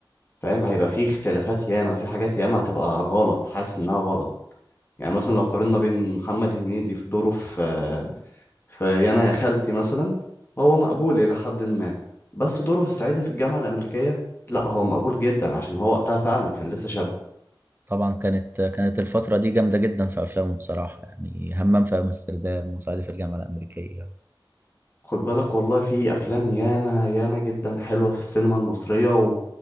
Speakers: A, on the left; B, on the right.
A: فاهم هيبقى في اختلافات ياما في حاجات ياما هتبقى غلط حاسس انها غلط يعني مثلا لو قارنا بين محمد هنيدي في دوره في في يانا يا خالتي مثلا هو مقبول إلى حد ما بس دوره في الصعيدي في الجامعة الأمريكية لا هو مقبول جدا عشان هو وقتها فعلا كان لسه شاب
B: طبعا كانت كانت الفترة دي جامدة جدا في أفلامه بصراحة يعني همام في أمستردام وصعيدي في الجامعة الأمريكية
A: خد بالك والله في أفلام ياما ياما جدا حلوة في السينما المصرية و...